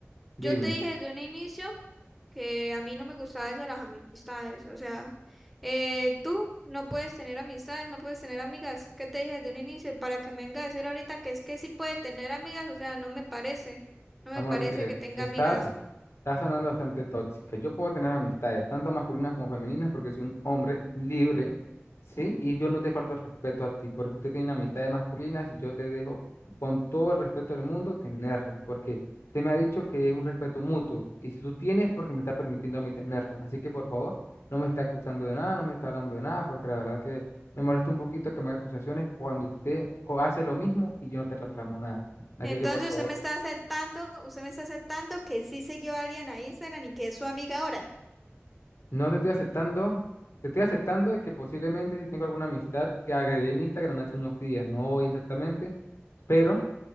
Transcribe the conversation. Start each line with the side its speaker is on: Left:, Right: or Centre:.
Centre: Yo
Left: dime.
Centre: te dije desde un inicio que a mí no me gustaba eso de las amistades. O sea, eh, tú no puedes tener amistades, no puedes tener amigas. ¿Qué te dije desde un inicio? Y para que me venga a decir ahorita que es que sí puede tener amigas, o sea, no me parece. No
Left: Amor,
Centre: me parece
Left: mire,
Centre: que tenga
Left: estás,
Centre: amigas.
Left: estás sonando bastante tóxica. Yo puedo tener amistades, tanto masculinas como femeninas, porque soy un hombre libre, ¿sí? Y yo no te falto el respeto a ti, porque usted tiene amistades masculinas y yo te dejo, con todo el respeto del mundo, tenerlas, porque usted me ha dicho que es un respeto mutuo, y si tú tienes, porque me estás permitiendo a mí tenerlo. Así que, por favor, no me está acusando de nada, no me está hablando de nada, porque la verdad que me molesta un poquito que me haga acusaciones cuando usted co- hace lo mismo y yo no te reclamo nada. Así
Centre: Entonces
Left: que, por favor.
Centre: usted me está aceptando, usted me está aceptando que sí siguió a alguien a Instagram y que es su amiga ahora.
Left: No te estoy aceptando. Te estoy aceptando de que posiblemente si tengo alguna amistad que agregué en Instagram hace unos días, no hoy exactamente, pero,